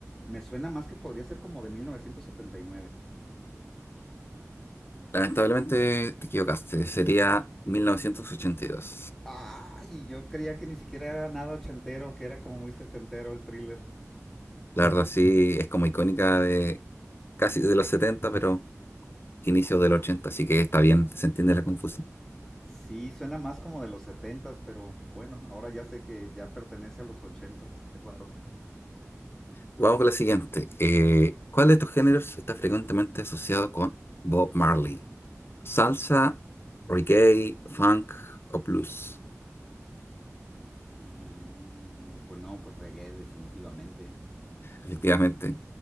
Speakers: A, in the centre; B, on the left.
A: me suena más que podría ser como de 1979.
B: Lamentablemente te equivocaste. Sería 1982.
A: Ay, yo creía que ni siquiera era nada ochentero, que era como muy setentero el thriller.
B: La verdad sí es como icónica de casi de los 70, pero inicios del 80, así que está bien, se entiende la confusión.
A: Sí, suena más como de los setentas, pero bueno, ahora ya sé que ya pertenece a los ochentas, qué raro.
B: Vamos con la siguiente. Eh, ¿cuál de estos géneros está frecuentemente asociado con Bob Marley? ¿Salsa, reggae, funk o blues?
A: Am, pues no, pues reggae definitivamente.
B: Efectivamente,